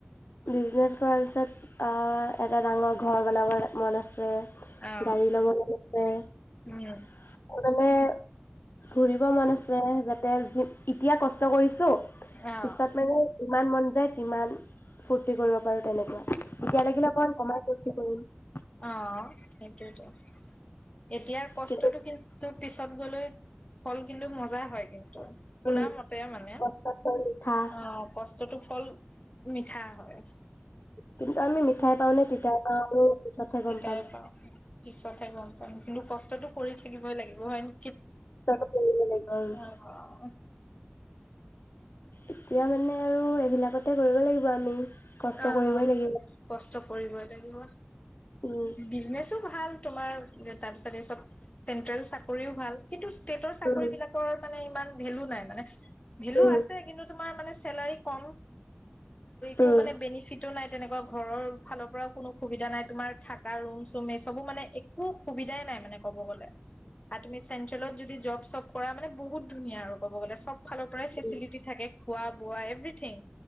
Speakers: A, on the left (about 65°); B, on the left (about 30°).
A: বিজনেছ কৰাৰ পিছত এটা ডাঙৰ ঘৰ বনাব মন আছে।
B: অ',
A: গাড়ী লব লাগিছে আৰু
B: উম,
A: মানে। ঘৰিব মন আছে যাতে যি এতিয়া কষ্ট কৰিছে। টো পিছত
B: অ',
A: মানে ই মান। যে কিমান। ফূৰ্তি কৰিব পাৰো তেনেকে। এতিয়া লাগিলে অকমান কমাই <unintelligible>
B: আহ সেইটোৱে ত। এতিয়াৰ কষ্টতটো
A: কিন্তু
B: কিন্তু। পিছত গ'লে হল কিন্তু মজা হয় কিন্তু। শুনা
A: উম
B: মতে মানে
A: কষ্টত পাই মিঠা
B: অ কষ্টতটো। অকল মিঠা হয়।
A: কিন্তু আমি মিঠাই পাওঁ নে তিতাই পাওঁ আৰু। পিছতহে
B: তিতাইে
A: গম পাম
B: পাওঁ পিছতহে গম পাম কিন্তু কষ্টতটো কৰি থাকিবই লাগিব হয় নে।
A: তাকে কৰিব লাগিব উম।
B: অ',
A: এতিয়া মানে আৰু এইবিলাকতে কৰিব লাগিব আমি। কষ্ট
B: অ
A: কৰিবই লাগিব
B: কষ্ট। কৰিবই লাগিব।
A: উম
B: বিজনেচো ভাল। তোমাৰ তাৰ পিছত এই চব চেন্ট্ৰেল চাকৰিও ভাল কিন্তু। ষ্টেটৰ চাকৰি
A: উম
B: বিলাকৰ মানে- ইমান ভেলু নাই মানে ভেলু
A: উম
B: আছে কিন্তু তোমাৰ মানে। চেলাৰী কম। তো
A: উম
B: মানে বেনিফিট। টো নাই তেনেকুৱা ঘৰৰ ফালৰ পৰাও কোনো সুবিধা নাই। তোমাৰ থাকা ৰুম চুম এই চবো মানে একো সুবিধাই নাই। মানে ক'ব গ'লে আৰু তুমি চেন্ট্ৰেলত যদি জব চব কৰা মানে। বহুত ধুনীয়া আৰু ক'ব গ'লে চব। ফালৰ পৰাই ফেচিলিটি
A: উম
B: থাকে। খোৱা বোৱা এভ্ৰিথিং।